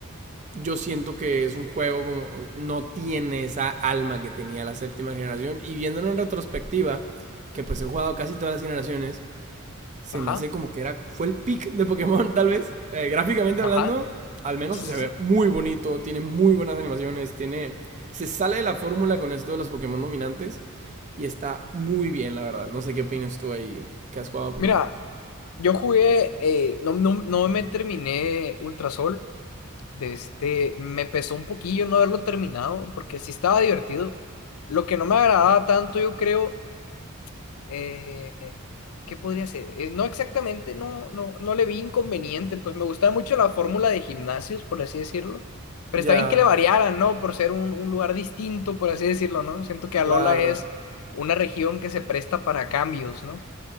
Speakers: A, on the right; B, on the left.
A: yo siento que es un juego como no tiene esa alma que tenía la séptima generación y viéndolo en retrospectiva, que pues he jugado casi todas las generaciones, se
B: Ajá.
A: me hace como que era fue el pick de Pokémon <laughs> tal vez, Eh, gráficamente
B: Ajá.
A: hablando, al menos
B: Sí,
A: se
B: sí,
A: ve
B: sí.
A: muy bonito, tiene muy buenas animaciones, tiene se sale de la fórmula con esto de los Pokémon dominantes y está muy bien, la verdad. No sé qué opinas tú ahí que has jugado a Pokémon.
B: Mira, yo jugué, eh, no, no, no me terminé Ultrasol. De este, me pesó un poquillo no haberlo terminado, porque sí estaba divertido. Lo que no me agradaba tanto, yo creo, Eh, ¿qué podría ser? Eh, no exactamente, no, no, no le vi inconveniente, pues me gustaba mucho la fórmula de gimnasios, por así decirlo. Pero
A: Ya,
B: está bien que le variaran, ¿no? Por ser un, un lugar distinto, por así decirlo, ¿no? Siento que Alola
A: claro.
B: es una región que se presta para cambios, ¿no?